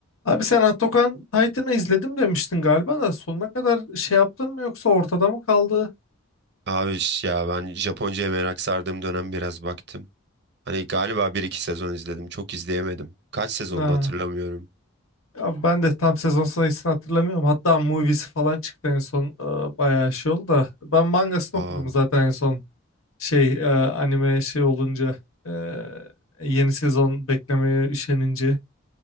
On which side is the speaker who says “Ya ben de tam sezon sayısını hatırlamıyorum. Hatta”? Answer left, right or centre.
Left